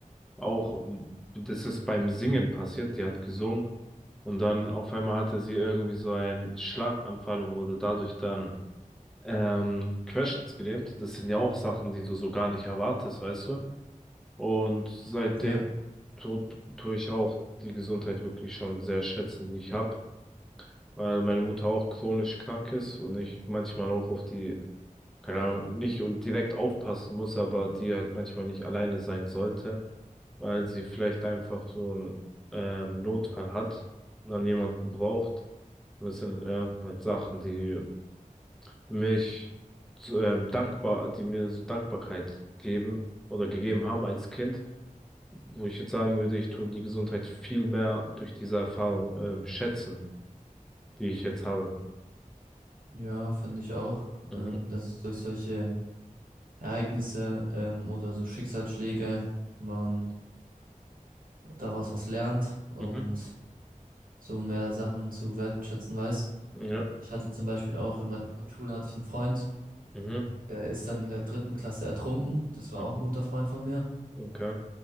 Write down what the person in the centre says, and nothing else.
Auch m, das ist beim Singen passiert. Die hat gesungen und dann auf einmal hatte sie irgendwie so einen Schlaganfall und wurde dadurch dann ähm, Querschnitts gelähmt. Das sind ja auch Sachen, die du so gar nicht erwartest, weißt du? Und seitdem
tu, tue ich auch die Gesundheit wirklich schon sehr schätzen, die ich habe, weil meine Mutter auch chronisch krank ist und ich manchmal auch auf die, keine Ahnung, nicht und direkt aufpassen muss, aber die halt manchmal nicht alleine sein sollte, weil sie vielleicht einfach so einen ähm, Notfall hat und dann jemanden braucht. Und Das sind ja halt Sachen, die mich so, ähm, dankbar, die mir so Dankbarkeit geben oder gegeben haben als Kind, wo ich jetzt sagen würde, ich tue die Gesundheit viel mehr durch diese Erfahrung ähm, schätzen, die ich jetzt habe.
Mhm,
mhm,
ja,
mhm,
mhm,
okay,